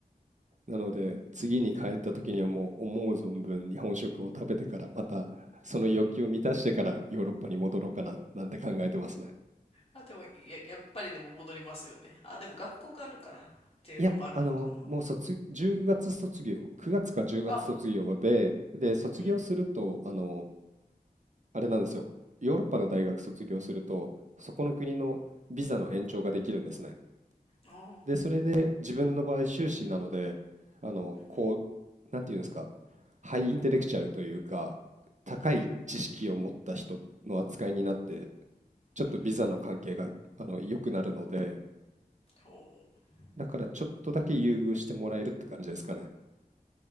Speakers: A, on the right; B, on the left.
A: なので、次に帰った時にはもう思う存分日本食を食べてから、またその欲求を満たしてからヨーロッパに戻ろうかな、なんて考えてますね。
B: あ、でもや、やっぱりでも戻りますよね。あ、でも学校があるからっていうのもあるのかな。
A: いや、あの、もう卒、10月卒業、9月か10月卒業で、
B: あ、
A: で、卒業すると、
B: うん。
A: あの、あれなんですよ。ヨーロッパの大学卒業すると、そこの国のビザの延長ができるんですね。
B: あー、
A: で、それで自分の場合修士なので、あの、
B: うんうん
A: こう、なんていうんですか、ハイインテレクチャルというか、高い知識を持った人の扱いになって、
B: うんうん
A: ちょっとビザの関係が、
B: うんうん
A: あの、良くなるので、
B: ほう。
A: だからちょっとだけ優遇してもらえるって感じですかね。